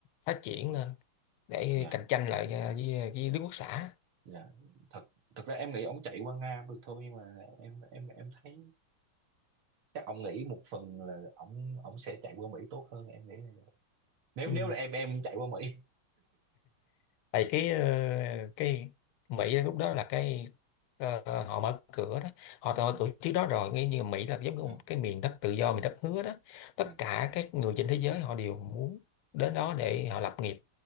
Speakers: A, on the left; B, on the right.
A: phát triển
B: ừ.
A: lên để
B: dạ
A: cạnh tranh lại ờ, với, ờ, với Đức Quốc xã
B: dạ thật thật ra em nghĩ ông chạy qua Nga cũng được thôi nhưng mà em em em thấy chắc ông nghĩ một phần là ông ông sẽ chạy qua Mỹ tốt hơn em nghĩ là- vậy. nếu
A: Ừ.
B: nếu là em em chạy qua Mỹ
A: tại cái ờ, cái Mỹ lúc đó là cái ờ, họ mở cửa đó
B: <laughs>
A: họ đã mở
B: Ừ,
A: cửa trước đó rồi nghe như Mỹ là giống như
B: dạ
A: một cái miền đất tự do miền đất hứa đó tất
B: dạ
A: cả các người trên thế giới họ đều muốn đến đó để họ lập nghiệp